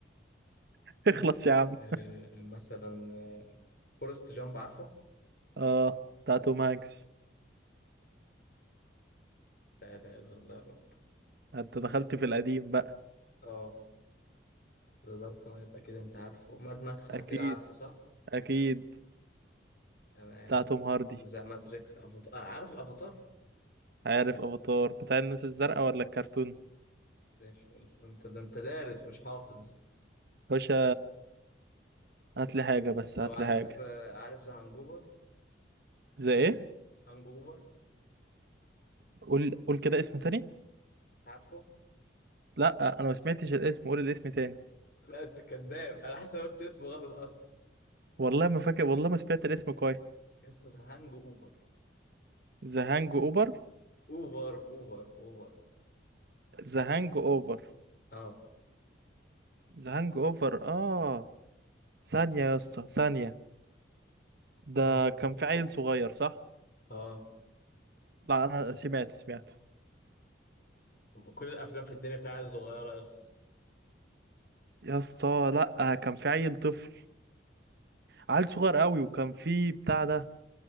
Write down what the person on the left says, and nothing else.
آه مثلا آه فورست جامب عارفه
لا اله الا الله يا رب
اه ذا دارك نايت اكيد انت عارفه ماد ماكس اكيد
عارفه صح
تمام
ذا ماتريكس افاتار آه عارف الافاتار
زي الفل ده انت ده انت دارس مش حافظ
طب
عارف
آه، عارف ذا هانجوفر
هانجوفر
عارفه
لا انت كذاب انا حاسس إن أنا قلت اسمه غلط اصلا
يس ذا هانج اوفر
اوفر اوفر اوفر
اه
أمم.
اه
كل الافلام في الدنيا فيها عيال صغيره يا اسطى